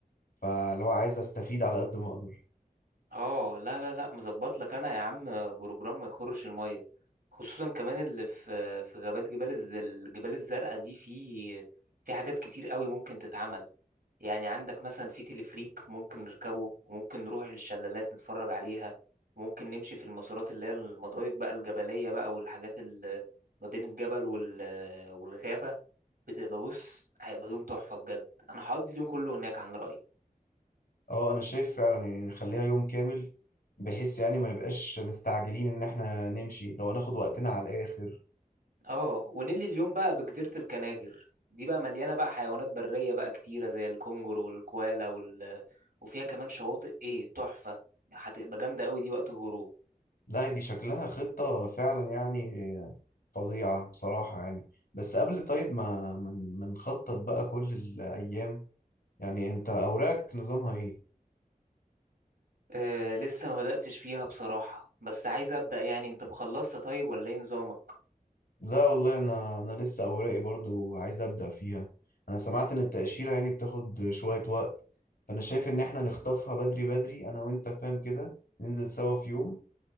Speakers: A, on the left; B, on the right.
A: فلو عايز أستفيد على قد ما أقدر
B: اه لا لا لا مظبط لك انا يا عم بروجرام ما يخرش الميه خصوصا كمان اللي في في غابات جبال الز- الجبال الزرقاء دي في في حاجات كتير قوي ممكن تتعمل يعني عندك مثلا في تلفريك ممكن نركبه وممكن نروح للشلالات نتفرج عليها ممكن نمشي في المسارات اللي هي المضايق بقى الجبلية بقى والحاجات اللي ما بين الجبل وال والغابة بتبقى بص هيبقى يوم تحفة بجد انا هقضي اليوم كله هناك عن رأيي
A: اه انا شايف فعلا يعني نخليها يوم كامل بحيث يعني ما نبقاش مستعجلين ان احنا نمشي لو هناخد وقتنا على الاخر
B: اه ونيلي اليوم بقى بجزيرة الكناغر دي بقى مليانة بقى حيوانات برية بقى كتيرة زي الكونجر والكوالا وال... وفيها كمان شواطئ ايه تحفة هتبقى جامدة قوي دي وقت الغروب
A: لا دي شكلها خطة فعلا يعني فظيعة بصراحة يعني بس قبل طيب ما ما ما نخطط بقى كل الايام يعني انت اوراقك نظامها ايه
B: آه لسه ما بدأتش فيها بصراحة بس عايز أبدأ يعني انت مخلصت طيب ولا ايه نظامك
A: لا والله انا انا لسه اوراقي برضو عايز ابدأ فيها انا سمعت ان التأشيرة يعني بتاخد شوية وقت فانا شايف ان احنا نخطفها بدري بدري انا وانت فاهم كده ننزل سوا في يوم